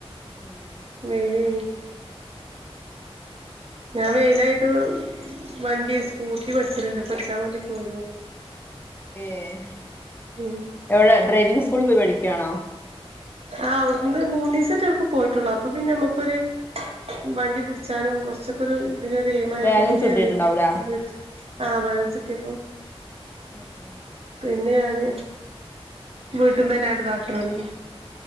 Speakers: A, on the left; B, on the right.
A: ഉം
B: വെയിലേനി ഞാൻ വെയിലായിട്ട് വണ്ടി സ്കൂട്ടി പഠിച്ചല്ണ്ട് പഠിച്ചാവാണ്ടി പോയിനി ഞാന്
A: ഏഹ്
B: ഉം
A: എവ്ടെ ഡ്രൈവിംഗ് സ്കൂൾ പോയി പഠിക്ക്യാണോ
B: ആഹ് അവുട്ന്ന് മൂന്നീസറ്റേ അട്ക്ക് പോയിട്ടൊള്ളു അപ്പൊ പിന്നെ നമുക്കൊര് വണ്ടി പുടിച്ചാലും കൊറച്ചക്കൊര് തിനൊര് എയ്മായപ്പോ
A: ബാലൻസ്
B: പിന്നെ
A: കിട്ടിയിട്ടുണ്ടാവൂലേ
B: ഞാന് വീട്ടില് ആഹ് ബാലൻസെത്തിയപ്പോ
A: ഏഹ് ഏഹ്
B: പിന്നെ ഞാന് വീട്ട്ന്നന്നെ ഇതാക്കലൊടങ്ങി